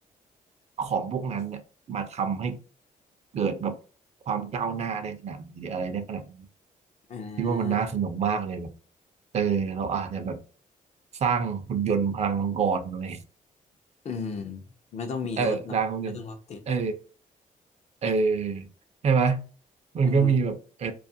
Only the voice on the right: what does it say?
ของพวกนั้นเนี่ยมาทำให้เกิดแบบความก้าวหน้าได้ขนาดไหนหรืออะไรได้ขนาดไหน
คิดว่ามันน่าสนุกมากเลยแบบ
เออเราอาจจะแบบสร้างหุ่นยนต์พลังมังกรอะไร
<laughs> เออสร้างหุ่นยนต์เออเออใช่ไหมมันก็มีแบบเออ